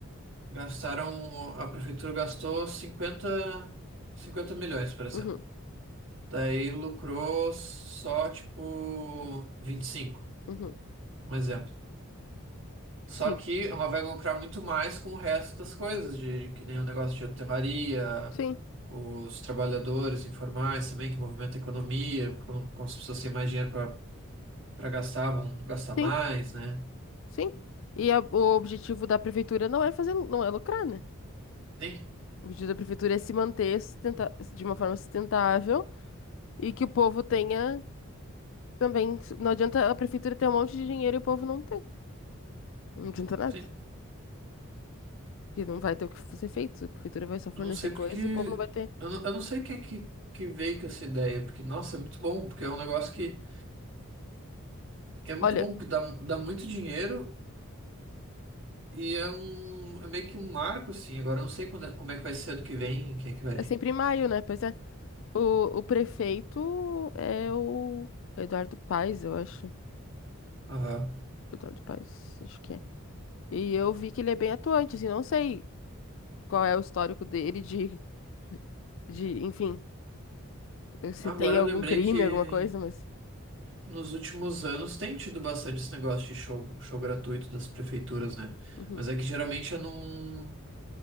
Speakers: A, on the right; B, on the left.
A: Gastaram, a prefeitura gastou cinquenta cinquenta milhões, por exemplo.
B: Uhum,
A: Daí lucrou só, tipo, vinte e cinco
B: uhum.
A: um exemplo. Só
B: Sim,
A: que ela vai lucrar muito mais com o resto das coisas, de, que nem o negócio de hotelaria,
B: sim,
A: os trabalhadores informais também, que movimentam a economia, como, como as pessoas têm mais dinheiro para gastar, vão gastar mais,
B: sim,
A: né?
B: sim. E a- o objetivo da prefeitura não é fazer, não é lucrar, né?
A: Tem,
B: O objetivo da prefeitura é se manter sustenta- de uma forma sustentável e que o povo tenha também. Não adianta a prefeitura ter um monte de dinheiro e o povo não ter. Não adianta nada.
A: tem
B: Porque não vai ter o que ser feito. A prefeitura vai só fornecer
A: Eu não sei
B: coisas
A: porque.
B: e o povo não vai ter.
A: Eu não, eu não sei quem é que, que veio com essa ideia, porque, nossa, é muito bom, porque é um negócio que, que é muito
B: Olha,
A: bom, que dá, dá muito dinheiro e é um. É meio que um marco, assim. Agora eu não sei quando é- como é que vai ser ano que vem, quem é que vai.
B: é sempre em maio, né? Pois é. O, o prefeito é o Eduardo Paes, eu acho.
A: Aham.
B: Eduardo Paes, acho que é. E eu vi que ele é bem atuante, assim, não sei qual é o histórico dele de, de, enfim, se
A: Agora
B: tem algum
A: eu lembrei
B: crime,
A: que
B: alguma coisa, mas.
A: nos últimos anos tem tido bastante esse negócio de show, show gratuito das prefeituras, né?
B: Uhum.
A: Mas é que geralmente é num,